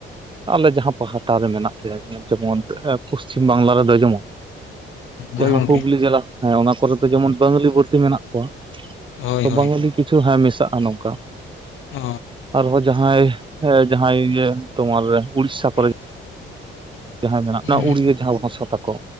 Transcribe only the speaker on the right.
ᱟᱞᱮ ᱡᱟᱦᱟᱸ ᱯᱟᱦᱴᱟ ᱨᱮ ᱢᱮᱱᱟᱜ ᱞᱮᱭᱟ ᱢᱮᱱ ᱡᱮᱢᱚᱱ ᱯᱚᱥᱪᱤᱢ ᱵᱟᱝᱞᱟ ᱨᱮᱫᱚ ᱡᱮᱢᱚᱱ ᱡᱟᱦᱟᱸ
ᱦᱩᱜᱽᱞᱤ ᱡᱮᱞᱟ ᱦᱮᱸ ᱚᱱᱟ ᱠᱚᱨᱮ ᱫᱚ ᱡᱮᱢᱚᱱ ᱵᱟᱝᱜᱟᱞᱤ ᱵᱟᱹᱲᱛᱤ ᱢᱮᱱᱟᱜ ᱠᱚᱣᱟ,
ᱛᱚ
ᱵᱟᱝᱜᱟᱞᱤ ᱠᱤᱪᱷᱩ ᱦᱮᱸ ᱢᱮᱥᱟᱜᱼᱟ ᱱᱚᱝᱠᱟ
ᱟᱨᱦᱚᱸ ᱡᱟᱦᱟᱸᱭ ᱡᱟᱦᱟᱸᱭ ᱤᱭᱟᱹ ᱛᱳᱢᱟᱨ ᱳᱲᱤᱥᱟ ᱠᱚᱨᱮ,
ᱡᱟᱦᱟᱸᱭ ᱢᱮᱱᱟᱜ
ᱳᱲᱤᱭᱟᱹ ᱡᱟᱦᱟᱸ ᱵᱷᱟᱥᱟ ᱛᱟᱠᱚ